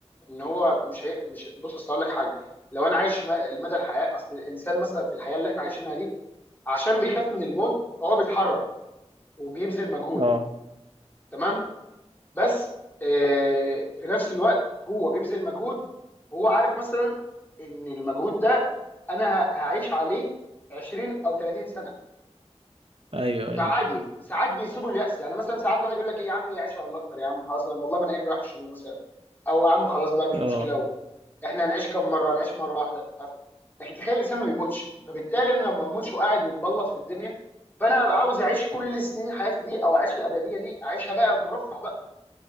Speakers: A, on the left; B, on the right.
A: ان هو مش هي... مش بص اصل اقول لك حاجه لو انا عايش م- المدى الحياه اصل الانسان مثلا في الحياه اللي احنا عايشينها دي عشان بيخاف من الموت فهو بيتحرك وبيبذل مجهود
B: اه
A: تمام بس آه، في نفس الوقت هو بيبذل مجهود هو عارف مثلا ان المجهود ده انا ه- هعيش عليه 20 او 30 سنه
B: ايوه ايوه
A: فعادي ساعات بيصيبوا اليأس يعني مثلا ساعات الواحد يقول لك ايه يا عم يعيش والله اكتر يا عم خلاص انا والله ما انا قايم رايح الشغل مثلا او يا عم خلاص بقى مش
B: اه
A: مشكله احنا هنعيش كام مره هنعيش مره واحده مش عارف ايه لكن تخيل الانسان ما بيموتش فبالتالي انا لو ما بموتش وقاعد ومبلط في الدنيا فانا هبقى عاوز اعيش كل سنين حياتي دي او اعيش الابديه دي اعيشها بقى مرفه بقى